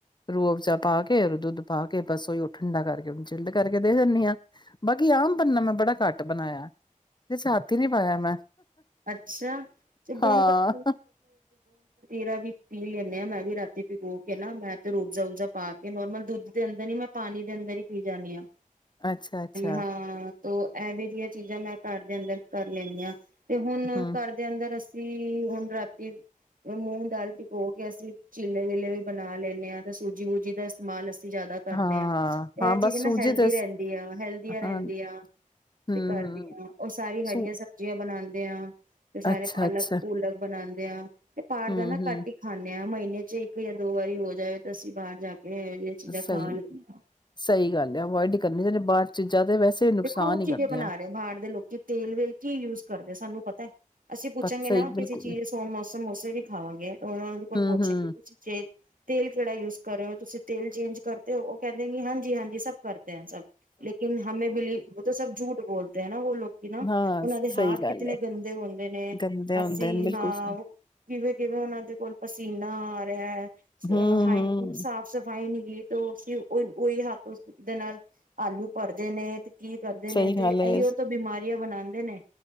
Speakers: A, on the left (about 35°); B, on the right (about 80°).
A: ਰੋਬਜਾ ਪਾ ਕੇ ਉਹ ਦੁੱਧ ਪਾ ਕੇ ਬਸ ਓਹੀਓ ਠੰਡਾ ਕਰਕੇ ਚਈਲਡ ਕਰਕੇ ਦੇ ਦਿੰਦੀ ਹਾਂ ਬਾਕੀ ਆਮ ਪੰੰਨਾ ਮੈਂ ਬੜਾ ਘੱਟ ਬਣਾਇਆ। ਇਸ ਹੱਥ ਨੀ ਪਾਇਆ ਮੈਂ।
B: ਅੱਛਾ ਤੇ ਗੋਂਦ
A: ਹਾਂ
B: ਕਤੀ <inaudible> ਪੀ ਲਿਆ ਮੈਂ ਵੀ ਰਾਤੀ ਪੀਗੋ ਕੇ ਨਾ ਮੈਂ ਤੇ ਰੋਬਜ਼ਾ-ਰੁਬਜਾ ਪਾ ਕੇ ਨੋਰਮਲ ਦੁੱਧ ਦੇ ਅੰਦਰ ਹੀ ਮੈਂ ਪਾਣੀ ਦੇ ਅੰਦਰ ਹੀ ਪੀ ਜਾਂਣੀ ਹਾਂ।
A: ਅੱਛਾ ਅੱਛਾ
B: ਹਾਂ ਤੋ ਇਹਵੇ ਜਿਹੀਆਂ ਚੀਜ਼ਾਂ ਮੈਂ ਘਰ ਦੇ ਅੰਦਰ ਕਰ ਲੈਂਦੀ ਹਾਂ। ਤੇ ਹੁਣ
A: ਹਮ
B: ਘਰ ਦੇ ਅੰਦਰ ਅਸ ਹੁਣ ਰਾਤੀ ਮੂੰਗ ਦਾਲ ਪਿਗੋ ਕੇ ਅਸੀਂ ਚਿੱਲੇ-ਵਿਲੇ ਵੀ ਬਣਾ ਲੈਂਨੇ ਹਾਂ ਤੇ ਸੂਜੀ-ਬੂਜੀ ਦਾ ਇਸਤੇਮਾਲ ਅਸ ਜਿਆਦਾ ਕਰਨੇ
A: ਹਾਂ
B: ਆ
A: ਹਾਂ
B: ਤੇ
A: ਹਾਂ
B: ਇਹ ਚੀਜ਼
A: ਬਸ ਸੂਜੀ
B: ਨਾ ਹੈਲਦੀ
A: ਤੇ
B: ਰਹਿੰਦੀ ਆ ਹੈਲਦੀਆ ਰਹਿੰਦੀਆਂ
A: ਹਾਂ ਹਮ ਹਮ
B: ਤੇ ਘਰ ਦੀਆ ਉਹ ਸਾਰੀ ਹਰੀਆਂ
A: ਸੂ
B: ਸਬਜ਼ੀਆਂ ਬਣਾ <unintelligible> ਤੇ ਸਾਰੇ
A: ਅੱਛਾ
B: ਪਾਲਕ-ਪੂਲਕ
A: ਅੱਛਾ
B: ਬਣਾਉਂਦੇ ਆ ਤੇ ਪਾਰ
A: ਹਮ
B: ਦਾ ਨਾ
A: ਹਮ
B: ਘੱਟ ਹੀ ਖਾਂਨੇ ਆ। ਮਹੀਨੇ ਚ ਇੱਕ ਜਾਂ ਦੋ ਵਾਰੀ ਹੋ ਜਾਵੇ ਤਾਂ ਅਸੀਂ ਬਾਹਰ ਜਾ ਕੇ ਇਹੋ ਜਿਹੀਆਂ ਚੀਜ਼ਾਂ
A: ਸਹੀ-ਸਹੀ
B: ਖਾ ਲੈਂਦੇ ਹਾਂ
A: ਗੱਲ ਅਵੋਇਡ ਹੀ ਕਰਨੀੇ ਬਾਹਰ ਚੀਜ਼ਾਂ ਤੇ ਵੈਸੇ ਨੁਕਸਾਨ
B: ਦੇਖੋ ਉਹ
A: ਹੀ
B: ਕਿਵੇਂ
A: ਕਰਦੀਆਂ।
B: ਬਣਾ ਰਹੇ ਬਾਹਰ ਦੇ ਲੋਕੀ ਤੇਲ-ਵੇਲ ਕੀ ਯੂਜ ਕਰਦੇ ਸਾਨੂੰ ਪਤਾ। ਅਸੀਂ ਪੁੱਛਾਂਗੇ
A: ਪਰ ਸਹੀ
B: ਨਾ ਕਿਸੇ
A: ਬਿਲਕੁਲ
B: ਚੀਜ਼ ਸ ਮੌ ਸਮ ਜਿਹੜੀ ਖਾਵਗੇ। ਉਹ ਉਹਦੇ ਕੋਲ
A: ਹੂੰ,
B: ਪੁੱਛਣਗੇ
A: ਹੂੰ
B: ਤੁਸੀਂ ਜੇ ਤੇਲ ਕਿਹੜਾ ਯੂਜ ਕਰਿ ਹੋ ਤੁਸੀਂ ਤੇਲ ਚੇਂਜ ਕਰਦੇ ਹੋ ਉਹ ਕਹਿੰਦੇ ਹਾਂਜੀ-ਹਾਂਜੀ ਸਭ ਕਰ ਦੇ ਸਭ ਲੇਕਿਨ ਹਮੇ ਉਹ ਤਾਂ ਸਭ ਝੂਠ ਬੋਲਦੇ ਹਨਾ ਉਹ ਲੋਕ ਨਾ
A: ਹਾਂ
B: ਉਹਨਾਂ
A: ਸਹੀ
B: ਦੇ ਹਾਥ
A: ਗੱਲ
B: ਕਿਤਨੇ
A: ਹੈ।
B: ਗੰਦੇ ਹੁੰਦੇ ਨੇ
A: ਗੰਦੇ ਹੁੰਦੇ
B: ਹਸੀ
A: ਨੇ ਬਿਲਕੁਲ
B: ਹਾਂ
A: ਸਹੀ
B: ਕਿਵੇਂ-ਕਿਵੇਂ ਉਹਨਾਂ ਦੇ ਕੋਲ ਪਸੀ ਨਾ ਆ ਰਿਹਾ ਹੈ।
A: ਹੂੰ,
B: ਅ ਹਾਈ
A: ਹੂੰ
B: ਸਾਫ਼ ਸਫ਼ਾਈ ਨ ਤੇ ਫ ਉਹੀ-ਉਹੀ ਹੱਥ ਉਸਦੇ ਨਾਲ ਆਲੂ ਭਰਦੇ ਨੇ। ਤੇ ਕੀ ਕਰਦੇ
A: ਸਹੀ
B: ਨੇ ਤੇ
A: ਗੱਲ ਹੈ।
B: ਇਹੀਓ ਤੋਂ ਬਿਮਾਰੀਆਂ ਬਣਾਉਂਦੇ ਨੇ।